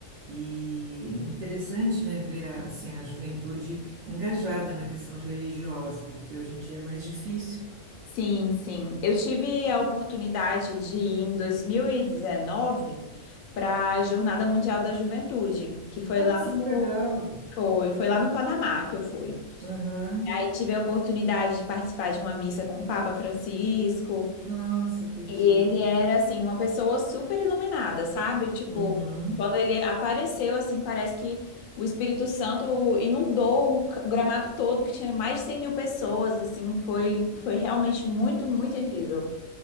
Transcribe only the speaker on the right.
E interessante, né, ver a, assim, a juventude engajada na questão religiosa, porque hoje em dia é mais difícil.
Nossa,
que legal!
Aham.
Nossa, que
chique!
Uhum.